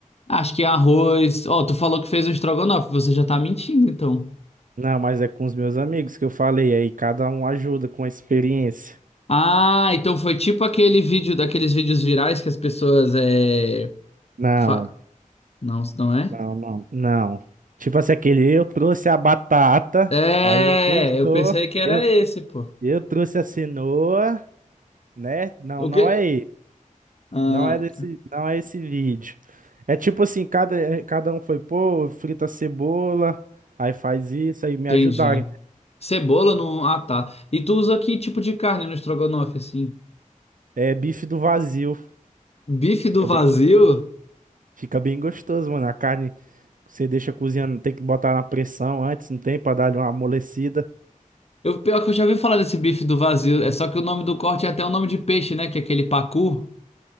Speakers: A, on the left; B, on the right.
A: Acho que arroz. Ó, tu falou que fez um estrogonofe, você já tá mentindo, então.
B: Não, mas é com os meus amigos que eu falei, aí cada um ajuda com a experiência.
A: Ah, então foi tipo aquele vídeo, daqueles vídeos virais que as pessoas é.
B: Não,
A: fa- Não, isso não é?
B: não, não, não. Tipo assim, aquele eu trouxe a batata,
A: É,
B: aí o outro eu sou,
A: eu pensei que era
B: eu,
A: esse, pô.
B: eu trouxe a cenoura, né? Não,
A: O
B: não
A: quê?
B: é
A: Ah,
B: Não é desse, não é esse vídeo. É tipo assim, cada, eh, cada um foi, pô, frita cebola, aí faz isso, aí me
A: entendi.
B: ajudarem.
A: Cebola não. Ah, tá. E tu usa que tipo de carne no estrogonofe, assim?
B: É bife do vazio.
A: Bife
B: Fica
A: do vazio?
B: bem, go- fica bem gostoso, mano. A carne você deixa cozinhando, tem que botar na pressão antes, não tem pra dar uma amolecida.
A: Eu, pior que eu já ouvi falar desse bife do vazio. É só que o nome do corte é até o nome de peixe, né? Que é aquele pacu.